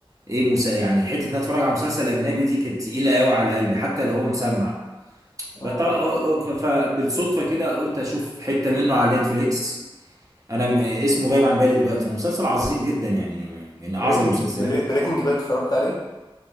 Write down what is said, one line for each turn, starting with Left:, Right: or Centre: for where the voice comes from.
Right: ايه مسا يعني حته ان أنا اتفرج على مسلسل اجنبي دي كانت تقيله قوي على قلبي حتى لو هو مسمع بط-
Left: اه
Right: ف- فبالصدفه كده قلت اشوف حته منه على نتفليكس انا م- اسمه غايب عن بالي دلوقتي هو مسلسل عظيم جدا يعني من اعظم
Left: بريكنج
Right: المسلسلات
Left: بريكنج باد اتفرجت عليه